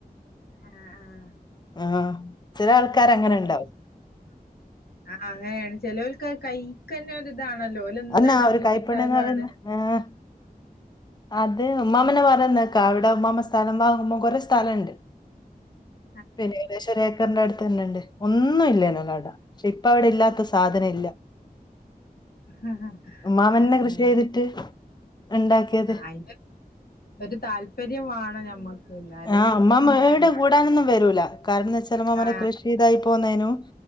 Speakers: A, on the left (about 75°); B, on the left (about 30°).
A: ആഹ് ആഹ്
B: ആഹ ചില ആൾക്കാര അങ്ങനെ ഉണ്ടാവും
A: ആഹ അങ്ങനെയാണ് ചെി ലോല്ക്ക് കഴിക്കന്ന ഇതാണല്ലോ എന്താട
B: അന്നാ ഒരു
A: കുയിച്ചിട്ടാലും
B: കൈപ്പുണ്യംന്ന് പറയുന്ന
A: അവിടെ
B: ആഹ് അത് ഉമ്മാമനെ പറയ നക്കാ അവിടെ ഉമ്മാ സ്ഥലം വാങ്ങുമ്പോം കൊറെേ സ്ഥലംണ്ട്
A: <inaudible>
B: <unintelligible> ഏക്കറിന്റെ അടുത്ത് തന്നെ ഉണ്ട് ഒന്നും ഇല്ല നല്ലോട പക്ഷെ ഇപ്പ അവിടെ ഇല്ലാത്ത സാധനം ഇല്ല.
A: ആഹ
B: ഉമ്മാമന്നെ
A: ആഹ
B: കൃഷി ചെയ്തിട്ട് ഉണ്ടാക്കിയത്
A: ആയി ഒരു താല്പര്യംമാണ് ഞമ്മക്ക് എന്നാല്
B: ആഹ് അമ്മാമ
A: ഇങ്ങനെ
B: ഏടെ
A: ഉണ്ടാക്കാം
B: കൂടാനൊന്നും വരൂല കാരണം ന്നച്ചാമ്മമ്മടെ
A: ആഹ്
B: കൃഷി ചെയ്തതായി പോന്നനു